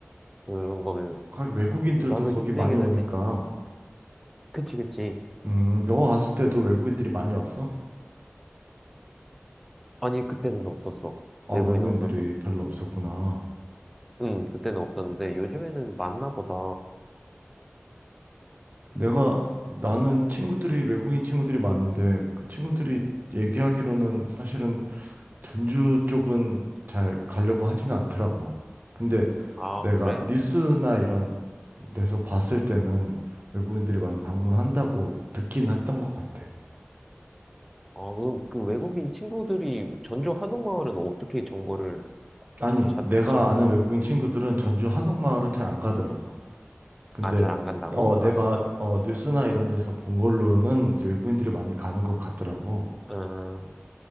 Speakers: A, in the centre; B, on the right (about 40°).
A: 그런 거는,
B: 거기 외국인들도
A: 나도
B: 거기
A: 힘들긴
B: 많이 오니까.
A: 하지. 그치, 그치.
B: 음, 너 왔을 때도 외국인들이 많이 왔어?
A: 아니, 그때는 없었어.
B: 아,
A: 내부에는
B: 외국인들이
A: 없었어.
B: 별로 없었구나.
A: 응, 그때는 없었는데, 요즘에는 많나 보다.
B: 내가, 나는 친구들이, 외국인 친구들이 많은데, 그 친구들이 얘기하기로는 사실은 전주 쪽은 잘 가려고 하진 않더라고. 근데
A: 아,
B: 내가
A: 그래?
B: 뉴스나 이런 데서 봤을 때는 외국인들이 많이 방문한다고 듣긴 했던 것 같아.
A: 아, 그, 그 외국인 친구들이 전주 한옥마을은 어떻게 정보를
B: 아니,
A: 찾,
B: 내가
A: 찾는
B: 아는
A: 거야?
B: 외국인 친구들은 전주 한옥마을은 잘 안 가더라고. 근데
A: 아, 잘 안 간다고?
B: 어 내가
A: 아,
B: 어 뉴스나 이런 데서 본 걸로는 이제 외국인들이 많이 가는 것 같더라고.
A: 아, 음,